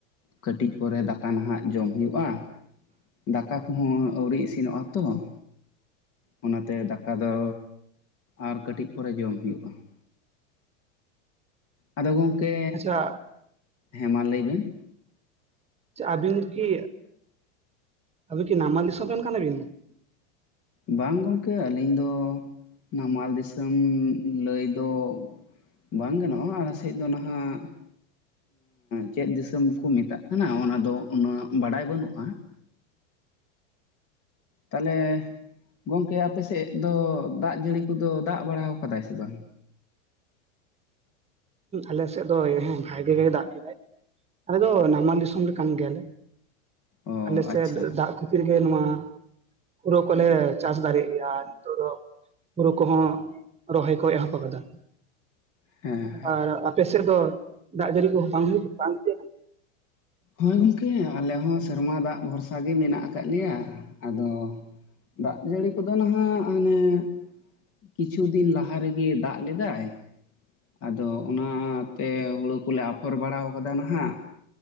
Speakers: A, on the left (about 40°); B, on the right (about 15°).
A: ᱠᱟᱹᱴᱤᱡ ᱯᱚᱨᱮ ᱫᱟ ᱠᱟ ᱱᱟᱦᱟᱜ ᱡᱚᱢ ᱦᱩᱭᱩᱜᱼᱟ, ᱫᱟᱠᱟ ᱠᱚᱦᱚᱸ ᱟᱹᱣᱨᱤ ᱤᱥᱤᱱᱚᱜᱼᱟ ᱛᱚ ᱾ ᱚᱱᱟᱛᱮ ᱫᱟᱠᱟ ᱫᱚ ᱟᱨ ᱠᱟᱹᱴᱤᱡ ᱯᱚᱨᱮ ᱡᱚᱢ ᱦᱩᱭᱩᱜᱼᱟ ᱾ ᱟᱫᱚ ᱜᱚᱝᱠᱮᱻ
B: ᱟᱪᱪᱷᱟ
A: ᱦᱮᱸ ᱢᱟ ᱞᱟᱹᱭ ᱵᱮᱱ ᱾
B: ᱟᱵᱤᱱ ᱠᱤ ᱟᱵᱤᱱ ᱠᱤ ᱱᱟᱢᱟᱞ ᱫᱤᱥᱚᱢ ᱨᱮᱱ ᱠᱟᱱᱟ ᱵᱤᱱ?
A: ᱵᱟᱝ ᱜᱚᱢᱠᱮ ᱟᱹᱞᱤᱧ ᱫᱚ ᱱᱟᱢᱟᱞ ᱫᱤᱥᱚᱢ ᱞᱟᱹᱭ ᱫᱚ ᱵᱟᱝ ᱜᱟᱱᱚᱜᱼᱟ ᱟᱞᱮ ᱥᱮᱫ ᱫᱚ ᱱᱟᱦᱟᱜ ᱼᱼ ᱪᱮᱫ ᱫᱤᱥᱚᱢ ᱠᱚ ᱢᱮᱛᱟᱜ ᱠᱟᱱᱟ ᱚᱱᱟ ᱫᱚ ᱩᱱᱟᱹᱜ ᱵᱟᱰᱟᱭ ᱵᱟᱹᱱᱩᱜᱼᱟ ᱾ ᱛᱟᱦᱚᱞᱮ ᱜᱚᱝᱠᱮ ᱟᱯᱮ ᱥᱮᱫ ᱫᱚ ᱫᱟᱜ ᱡᱟᱹᱲᱤ ᱠᱚ ᱫᱚ ᱫᱟᱜ ᱵᱟᱲᱟ ᱠᱟᱫᱟᱭ ᱥᱮ ᱵᱟᱝ?
B: ᱟᱞᱮᱥᱮᱫ ᱫᱚ ᱦᱮᱸ ᱵᱷᱟᱜᱤ ᱜᱮᱭ ᱫᱟᱜ ᱠᱮᱫᱟᱭ ᱾ ᱟᱞᱮ ᱫᱚ ᱱᱟᱢᱟᱞ ᱫᱤᱥᱚᱢ ᱨᱮ ᱠᱟᱹᱢᱤ ᱜᱮᱭᱟᱞᱮ
A: ᱚ
B: ᱟᱞᱮ ᱥᱮᱫ
A: ᱟᱪᱪᱷᱟ
B: ᱫᱟᱜ ᱼᱼ ᱠᱷᱟᱹᱛᱤᱨ ᱜᱮ ᱱᱚᱣᱟ ᱦᱩᱲᱩ ᱠᱚᱞᱮ ᱪᱟᱥ ᱫᱟᱨᱮᱭᱟᱜ ᱜᱮᱭᱟ ᱱᱤᱛᱚᱜ ᱫᱚ ᱾ ᱦᱩᱨᱩ ᱠᱚᱦᱚᱸ ᱨᱚᱦᱚᱭ ᱠᱚ ᱮᱦᱚᱵ ᱟᱠᱟᱫᱟ ᱾
A: ᱦᱮᱸ
B: ᱟᱨ ᱟᱯᱮ ᱥᱮᱫ ᱫᱚ ᱫᱟᱜ ᱡᱟᱹᱲᱤ ᱠᱚᱦᱚᱸ ᱵᱟᱝ ᱦᱩᱭᱩᱜᱼᱟ?
A: ᱦᱳᱭ ᱜᱚᱢᱠᱮ ᱟᱞᱮ ᱦᱚᱸ ᱥᱮᱨᱢᱟ ᱫᱟᱜ ᱵᱷᱚᱨᱥᱟ ᱜᱮ ᱢᱮᱱᱟᱜ ᱟᱠᱟᱫ ᱞᱮᱭᱟ, ᱟᱫᱚ ᱼᱼ ᱫᱟᱜ ᱡᱟᱹᱲᱤ ᱠᱚ ᱫᱚ ᱱᱟᱦᱟᱜ ᱦᱟᱱᱮ ᱼᱼ ᱠᱤᱪᱷᱩ ᱫᱤᱱ ᱞᱟᱦᱟ ᱨᱮᱜᱮ ᱫᱟᱜ ᱞᱮᱫᱟᱭ ᱾ ᱟᱫᱚ ᱚᱱᱟᱛᱮ ᱦᱳᱲᱳ ᱠᱚ ᱞᱮ ᱟᱯᱷᱚᱨ ᱵᱟᱲᱟ ᱠᱟᱫᱟ ᱱᱟᱦᱟᱜ ᱾